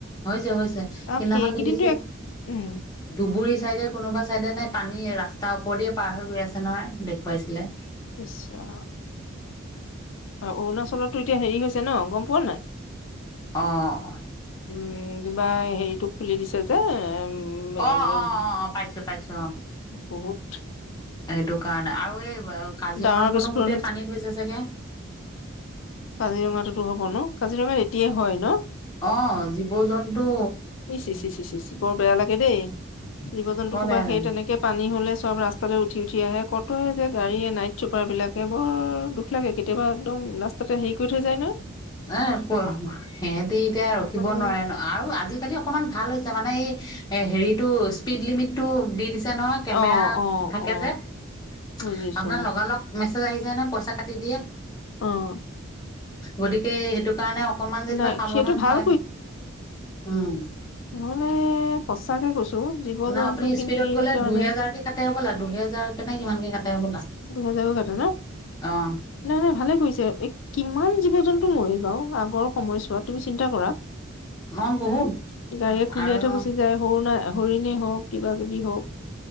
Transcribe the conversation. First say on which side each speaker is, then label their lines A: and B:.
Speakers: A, on the left (about 20°); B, on the left (about 65°).
A: হৈছে হৈছে, সেইদিনাখন
B: আৰু সেইকেইদিনটো
A: দেখিছো
B: এক উম।
A: ধুবুৰী চাইডে কোনোবা চাইডে নে পানী ৰাস্তাৰ ওপৰেদি পাৰ হৈ গৈ আছে নহয়। দেখুৱাইছিলে।
B: ইছ ৰাম! আৰু অৰুণাচলতটো এতিয়া হেৰি হৈছে ন গম পোৱা নাই?
A: অ' অ'।
B: উম, কিবা হেৰিটো খুলি দিছে যে। <unintelligible>
A: অ অ অ অ পাইছো পাইছো অ।
B: বহুত
A: সেইটো কাৰণে আৰু এই কাজিৰঙাখনো
B: ডাঙৰ বিস্ফোৰণ
A: গোটেই পানী হৈছে চাগে।
B: কাজিৰঙাটোতো হ'ব ন, কাজিৰঙাত এতিয়া হয় ন?
A: অ' জীৱ-জন্তু
B: ইচ ইচ ইচ বৰ বেয়া লাগে দেই জীৱ-জন্তু
A: বৰ
B: সোপা
A: বেয়া
B: সেই
A: লাগে।
B: তেনেকে পানী হ'লে চব ৰাস্তালৈ উঠি উঠি আহে। কতে যে গাড়ীয়ে নাইট চুপাৰ বিলাকে বৰ দুখ লাগে কেতিয়াবা একদম ৰাস্তাতে হেৰি কৰি থৈ যায় নহয়।
A: <unintelligible> সিহঁতি এতিয়া ৰখিব
B: মানে
A: নোৱাৰে ন। আৰু আজি আজিকালি অকমান ভাল হৈছে মানে এই এ হেৰিটো স্পীড লিমিটটো দি দিছে নহয়। কেমেৰা
B: অ অ
A: থাকে
B: অ
A: যে আপোনাৰ
B: বুজিছো
A: লগালগ মেছেজ আহি যায় নহয়, পইচা কাটি দিয়ে।
B: অ'।
A: গতিকে সেইটো কাৰণে অকমান যেনিবা
B: নাই
A: সাৱধান
B: সেইটো ভাল
A: হয়। উম!
B: <unintelligible> সচাঁকে কৈছো। জীৱ
A: না
B: জন্তু
A: আপুনি
B: খিনিৰ
A: স্পীডত গ'লে
B: কাৰণে
A: দুহেজাৰকে কাটে হ'বলা, দুহেজাৰকে নে কিমানকে কাটে হ'বলা।
B: দুহেজাৰকে কাটে ন?
A: অ',
B: নাই নাই ভালে কৰিছে। কিমান জীৱ-জন্তু মৰি বাও আগৰ সময়ছোৱাত তুমি চিন্তা কৰা।
A: মই বহুত
B: উম গাড়ীয়ে খুন্দিয়াই
A: আৰু
B: থৈ গুচি যায় সৰু নাই হৰিণেই হওক কিবা-কিবি হওক।